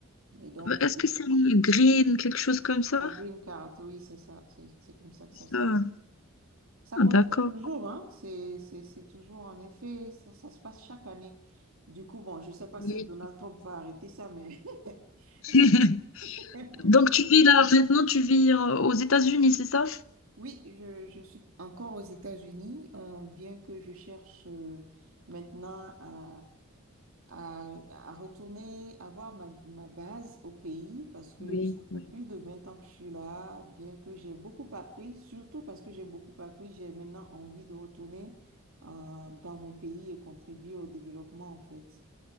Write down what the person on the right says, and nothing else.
et donc,
la green card, oui, c'est ça, c'est c'est comme ça que ça
s'appelle. Ça
continue
toujours, hein, c'est c'est- c'est toujours en effet, ça, ça se passe chaque année. Du coup, bon, je sais pas
si Donald Trump va arrêter ça, mais,
<laughs> mais
ça
Oui, je, je suis encore aux États-Unis, euh, bien que je cherche euh, maintenant à, à, à retourner, avoir ma, ma base au pays, parce que
ça
fait plus de 20 ans que je suis là, bien que j'ai beaucoup appris, surtout parce que j'ai beaucoup appris, j'ai maintenant envie de retourner euh, dans mon pays et contribuer au développement, en fait.